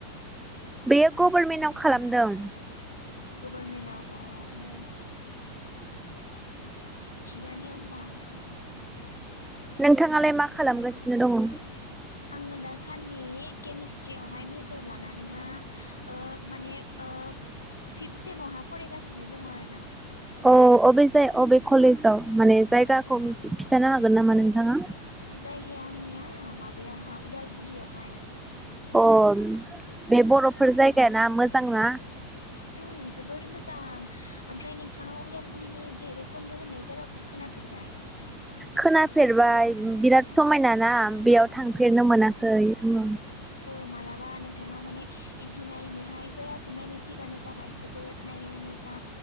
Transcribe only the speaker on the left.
गभर्नमेन्टाव अ उम थिगानो होमबा
आङो दासान्दि केमेस्ट्रियावहाय मेजर लानानैहा ओ माने ओ फिफ्थ सेमावहा फरायगासिनो दङ आरो ना।
जायगाया आंनिया माबायावहा उदालगुरियावहाय।
ओम जोबोर मोजां ओमफ्राय नोंथाङा उदालगुरिनि भैरेबकन्न्द होननाय जायगाखौ खोनाफेरबाय?
औ मालाबा नोंथाङा माने इदि नायनोहाय जायगाखौ नायनो फैबानो जाबाय जोबोद नायनो मो दा